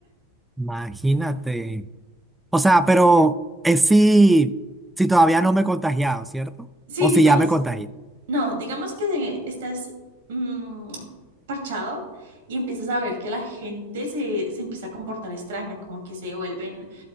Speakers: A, in the centre; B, on the right.
A: Imagínate. O sea, pero es si, si todavía no me he contagiado, ¿cierto?
B: Sí,
A: O si
B: sí, todo,
A: ya me contagié.
B: No, digamos que estás mm, parchado y empiezas a ver que la gente se, se empieza a comportar extraña, como que se vuelven